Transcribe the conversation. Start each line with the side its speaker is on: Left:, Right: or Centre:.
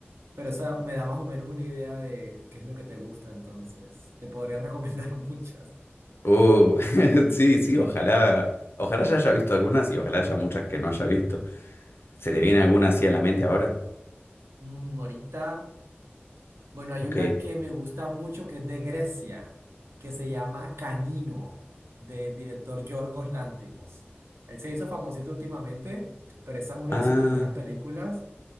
Right: Pero eso me da más o menos una idea de qué es lo que te gusta, entonces. Te podría <laughs> recomendar muchas.
Left: uh, <laughs> sí, sí, ojalá, ojalá ya haya visto algunas y ojalá haya muchas que no haya visto.
Right: Sí,
Left: ¿Se te viene
Right: sí.
Left: alguna así a la mente ahora?
Right: Mm, ahorita, bueno, hay
Left: Ok.
Right: una que me gusta mucho que es de Grecia, que se llama Canino, del director Yorgos Lanthimos. Él se hizo famosito últimamente, pero esa es una
Left: Ah,
Right: de sus primeras películas.